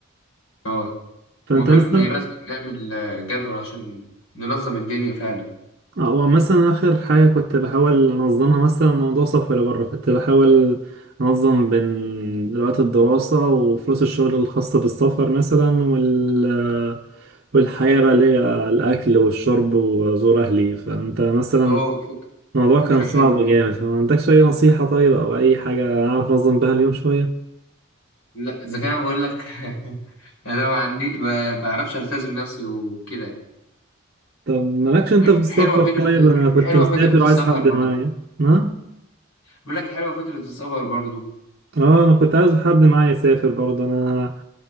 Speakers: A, on the left (about 90°); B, on the right (about 50°).
A: اه
B: فأنت
A: مهم
B: مثلا
A: لازم نعمل آه، جدول عشان ننظم الدنيا فعلا
B: هو مثلا آخر حاجة كنت بحاول أنظمها مثلا موضوع سفر بره كنت بحاول أنظم بين وقت الدراسة وفلوس الشغل الخاصة بالسفر مثلا وال والحياة بقى اللي هي الأكل والشرب وزور أهلي فأنت مثلا
A: اه فك-
B: الموضوع
A: فكرة
B: كان صعب
A: حلوة
B: جامد فما عندكش أي نصيحة طيب أو أي حاجة أعرف أنظم بها اليوم شوية
A: لا إذا كان بقول لك <laughs> أنا ما عندي ما بعرفش ألتزم نفسي وكده
B: طب مالكش أنت
A: حلو
B: في السفر
A: حلوة فكرة
B: طيب أنا كنت
A: حلوة
B: مسافر
A: فكرة السفر
B: وعايز حد
A: برضه
B: معايا نعم؟
A: بقول لك حلوة فكرة السفر برضه
B: اه انا كنت عايز حد معايا يسافر برضه انا